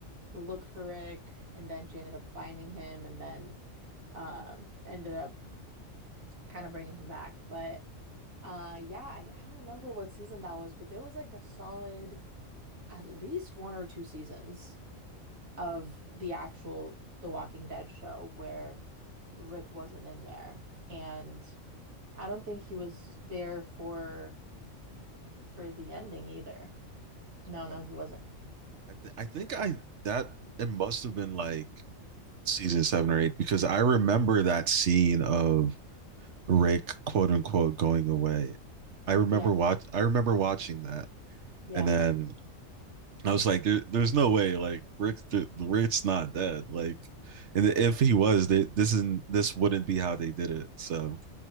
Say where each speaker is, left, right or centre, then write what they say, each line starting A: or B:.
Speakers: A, on the right (about 85°); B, on the right (about 60°).
A: look for Rick and then she ended up finding him and then um ended up kind of bringing him back but uh yeah I, I don't remember what season that was but there was like a solid at least one or two seasons of the actual The Walking Dead show where Rick wasn't in there and I don't think he was there for for the ending either no
B: um,
A: no he wasn't
B: I, th- I think I that it must have been like season seven or eight because I remember that scene of Rick quote unquote going away I remember
A: yeah
B: watch I remember watching that
A: yeah
B: and then I was like, there, there's no way, like Rick, the, Rick's not dead. Like, and if he was, they, this isn't, this wouldn't be how they did it. So